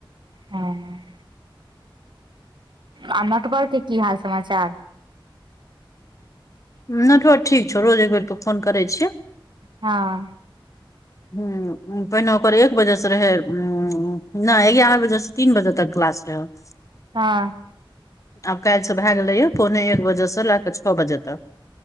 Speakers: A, on the right; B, on the left.
A: ह आ नटवल के की हाल समाचार
B: नेटवर ठीक छौ रोज एक बेर पर फोन करै छिय
A: हँ
B: ह पहिने ओकर एक बजेसँ रहै नय एगारह बजेसँ तीन बजे तक क्लास रहै <inaudible>
A: हँ
B: आब काल्ह से भए गेलै य पौने एक बजे से लए कऽ छ बजे तक